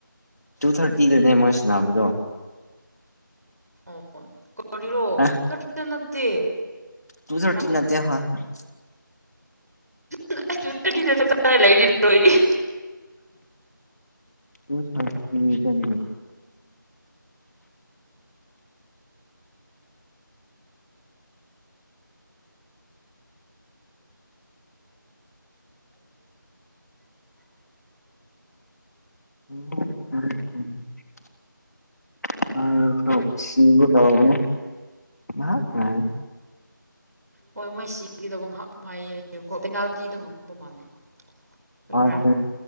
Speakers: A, on the left (about 50°); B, on the right (about 50°).
A: ꯇꯨ ꯊꯥꯔꯇꯤ ꯗꯅꯦ ꯃꯣꯏ ꯁꯟꯅꯕꯗꯣ
B: ꯑꯣ ꯀꯔꯣ
A: ꯑꯦ
B: ꯅꯠꯇꯦ
A: ꯇꯨ ꯊꯥꯔꯇꯤ
B: ꯐ
A: ꯅꯠꯇꯦ ꯍꯣꯏ
B: ꯁꯅ <inaudible> ꯆ ꯂꯩꯔꯤ ꯂꯣꯏꯔꯤ <inaudible>
A: ꯎ <inaudible> ꯇꯨ <inaudible>
B: <unintelligible>
A: ꯎꯝ ꯎ <inaudible> ꯑꯩꯗꯦꯝꯣ ꯁꯤꯒꯦ ꯇꯧꯕꯅꯦ ꯉꯥꯍꯥꯛ
B: ꯎꯝ
A: ꯉꯥꯏꯌꯣ
B: ꯍꯣꯏ ꯃꯣꯏ ꯁꯤꯒꯤꯗꯧꯕ ꯉꯥꯏꯍꯥꯛ ꯅꯨꯡꯉꯥꯏꯌꯦꯀꯣ ꯄꯦꯅꯥꯜꯇꯤꯗ ꯉꯝꯕ ꯃꯥꯜꯂꯦ ꯑꯣꯏꯕ꯭ꯔꯥ
A: ꯑ <inaudible>